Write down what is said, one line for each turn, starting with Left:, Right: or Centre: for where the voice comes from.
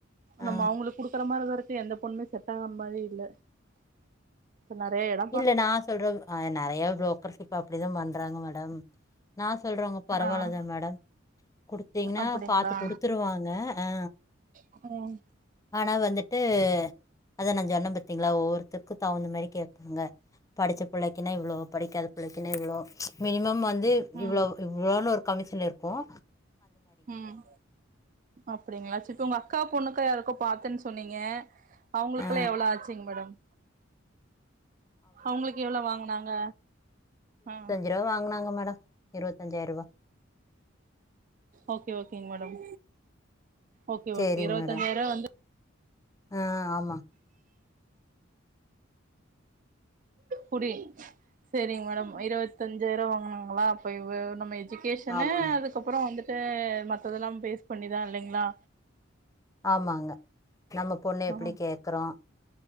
Left: ஆ
Right: நம்ம அவங்களுக்கு குடுக்குற மாறி தான் இருக்கும் எந்த பொண்ணுமே செட் ஆகற மாறி இல்ல நெறைய எடம்
Left: இல்ல நான் சொல்ற நிறைய புரோக்கர்ஸ் இப்ப அப்படிதான் பண்றாங்க மேடம் நா சொல்றவங்க பரவால்லதான்
Right: ஆ
Left: மேடம் குடுத்தீங்கன்னா
Right: அப்டிங்களா
Left: பாத்து குடுத்துருவாங்க ஆ
Right: அப்பறம்
Left: ஆனா வந்துட்டு அதா நான் சொன்ன பாத்தீங்களா ஒவ்வொருத்தருக்கும் தவுந்த மாறி கேப் ங்க படிச்ச பிள்ளைக்குனா இவ்ளோ படிக்காத பிள்ளைக்குனா இவ்ளோ மினிமம் வந்து
Right: ம்
Left: இவ்ளோவு இவ்ளோன்னு ஒரு கமிஷன் இருக்கும்
Right: ம் அப்படிங்களா சரி இப்ப உங்க அக்கா பொண்ணுக்கா யாருக்கோ பாத்தேன்னு சொன்னீங்க அவங்களுக்கெல்லாம்
Left: ஆ
Right: எவ்ளோ ஆச்சுங்க மேடம் அவங்களுக்கு எவ்ளோ வாங்குனாங்க ம்
Left: எதோ வாங்குனாங்க மேடம் இருவத்தஞ்சாயிர ரூவா
Right: ஓகே ஓகேங்க மேடம் ஓகே
Left: சேரிங்க
Right: ஓகே இருபத்தஞ்சாயிர
Left: மேடம்
Right: ரூவா வந்து
Left: ஆ ஆமா
Right: புடி சரிங்க மேடம் இருவத்தஞ்சாயிறம் வாங்கினாங்களா அப்ப இவ நம்ம எஜுகேஷன்னு
Left: ஆமாங்க
Right: அதுக்கு அப்புறோ வந்துட்டு மத்ததெல்லாம் பேஸ் பண்ணிதான் இல்லைங்களா
Left: ஆமாங்க நம்ம பொண்ண
Right: ஆ
Left: எப்படி கேக்குறோம்